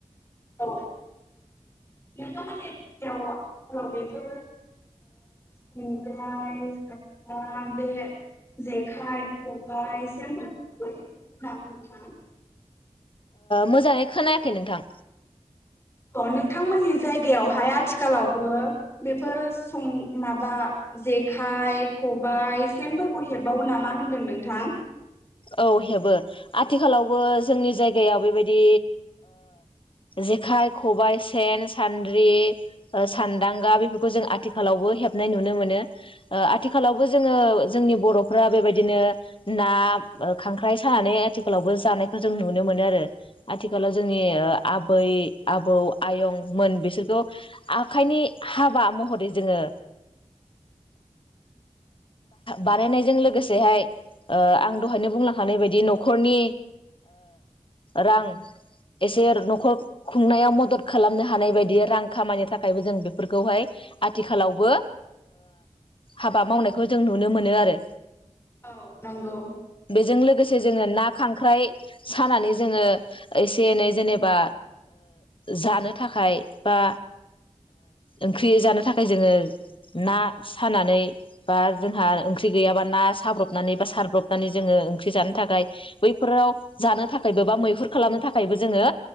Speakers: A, on the left; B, on the left.
A: औ नोंथांमोननि जायगायाव आथिखालाव बेफोर संगायबा बे जेखाइ खबाइ सेनफोरखौ <unintelligible> नामा नोंथाङा।
B: मोजाङै खोनायाखै नोंथां।
A: अ नोंथांमोननि जायगायावहाय आथिखालावबो बेफोर सं माबा जेखाइ खबायाइ सेनफोरखौ हेबबावो नामा होनदों नोंथां?
B: औ हेबो आथिखालावबो जोंनि जायगायाव बेबायदि जेखाइ खबायाइ सेन सान्द्रि सान्दांगा बेफोरखौ जों आथिखालावबो हेबनाय नुनो मोनो आथिखालावबो जोङो जोंनि बर'फ्रा बेबायदिनो ना खांख्राइ सानानै आथिखालावबो जानायखौ जों नुनो मोनो आरो आथिखालाव जोंनि आबै आबौ आयंमोन बिसोरखौ आखाइनि हाबा महरै जोङो बानायनायजों लोगोसेहाय ओ आं दहायनो बुंलां हानाय बायदि न'खरनि रां एसे न'खर खुंनायाव मदद खालामनो हानाय बायदि रां खामानि थाखायबो जों बेफोरखौहाय आथिखालावबो हाबा मावनायखौ जों नुनो मोनो आरो।
A: औ नोंगौ
B: बेजों लोगोसे जोङो ना खांख्राइ सानानै जोङो एसे एनै जेनेबा जानो थाखाय बा ओंख्रि जानो थाखाय जोङो ना सानानै बा जोंहा ओंख्रि गैयाबा ना साब्रबनानै बा सारब्रबनानै जोङो ओंख्रि जानो थाखाय बैफोराव जानो थाखायबो बा मैहुर खालामनो थाखायबो जोङो